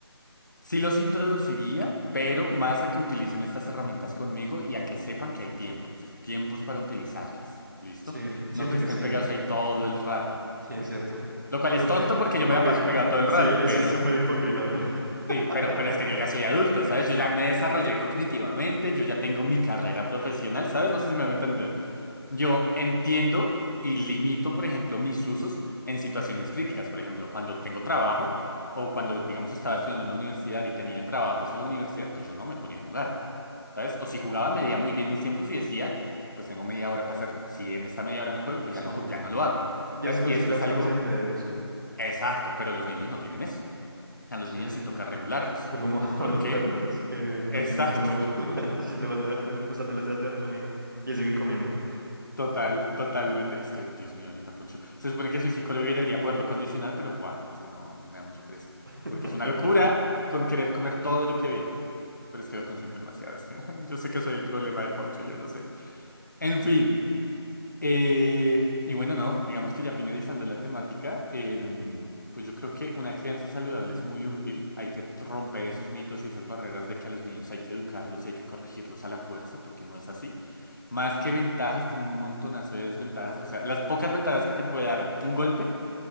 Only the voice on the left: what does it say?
sí los introduciría, pero más a que utilicen estas herramientas conmigo y a que sepan que hay tiempos, tiempos para utilizarlas. ¿Listo?
No que
estén
pegados ahí todo el rato.
Lo cual
es tonto
porque
yo me la paso pegado todo el rato,
pero...
Sí,
pero, pero es que yo ya soy adulto, ¿sabes? Yo ya me desarrollé cognitivamente, yo ya tengo mi carrera profesional, ¿sabes? No sé si me voy a entender. Yo entiendo y limito, por ejemplo, mis usos en situaciones críticas. Por ejemplo, cuando tengo trabajo o cuando, digamos, estaba estudiando en la universidad y tenía trabajos de la universidad, pues yo no me ponía a jugar, ¿sabes? O si jugaba, medía muy bien mis tiempos y decía, pues tengo media hora para hacerlo. Si en esta media hora no juego, pues
ya no, ju- ya no lo hago,
¿sabes?
Y esto
es
algo
exacto, pero los niños no tienen eso. A los
niños sí toca regularlos.
Porque,
exacto,
<laughs> total, totalmente. Es que, Dios mío, ahorita Poncho. Se supone que soy psicólogo y debería poderlo condicionar, pero buah, es que no me da mucha pereza.
Porque es una locura con querer comer todo lo que ve. Pero es que lo consiento demasiado. Es que <laughs> yo sé que soy el problema de Poncho, yo lo sé. En fin. Eh, y bueno, no, digamos que ya finalizando la temática, em, pues yo creo que una crianza saludable es muy útil. Hay que romper esos mitos y esas barreras de que a los niños hay que educarlos y hay que corregirlos a la fuerza, porque no es así. Más que ventajas, tiene un montonazo de desventajas. O sea, las pocas ventajas que te puede dar un golpe,